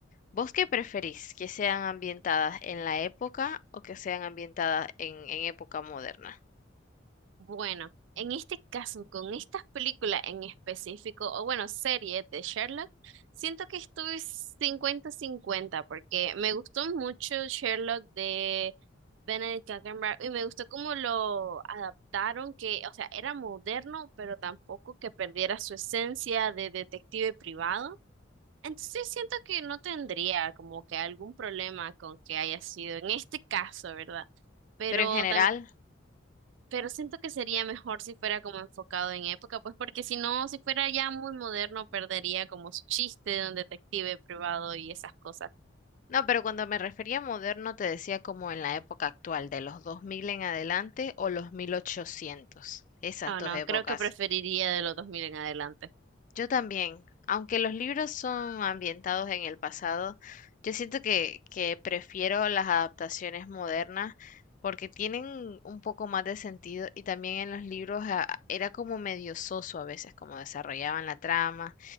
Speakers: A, on the left; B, on the right.
A: ¿Vos qué preferís? ¿Que sean ambientadas en la época o que sean ambientadas en, en época moderna?
B: Bueno, en este caso, con estas películas en específico, o bueno, series de Sherlock, siento que estoy cincuenta cincuenta porque me gustó mucho Sherlock de Benedict Cumberbatch y me gustó cómo lo adaptaron, que, o sea, era moderno, pero tampoco que perdiera su esencia de detective privado. Entonces siento que no tendría como que algún problema con que haya sido en este caso, ¿verdad? Pero
A: Pero en general,
B: pero siento que sería mejor si fuera como enfocado en época, pues porque si no, si fuera ya muy moderno, perdería como su chiste de un detective privado y esas cosas.
A: no, pero cuando me refería a moderno te decía como en la época actual, de los 2000 en adelante o los 1800, esas
B: Ah,
A: dos
B: no,
A: épocas
B: creo que preferiría de los dos mil en adelante.
A: Yo también, aunque los libros son ambientados en el pasado, yo siento que, que prefiero las adaptaciones modernas porque tienen un poco más de sentido y también en los libros ah, era como medio soso a veces como desarrollaban la trama